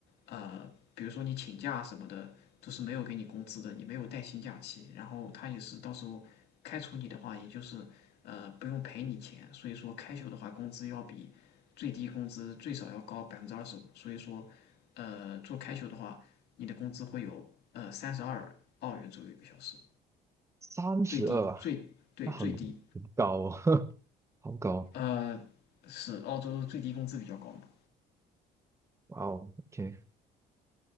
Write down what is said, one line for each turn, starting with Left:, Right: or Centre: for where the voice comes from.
Left: 呃，比如说你请假什么的，都是没有给你工资的，你没有带薪假期。然后他也是到时候开除你的话，也就是呃不用赔你钱。所以说开 a 的话，工资要比最低工资最少要高百分之二十五。所以说，呃，做开 a 的话，你的工资会有呃三十二澳元左右一个小时，
Right: 三十二啊，
Left: 最低最对最低。
Right: 那很很高哦，<laughs> 好高哦，
Left: 呃，是澳洲最低工资比较高嘛？
Right: 哇哦，OK，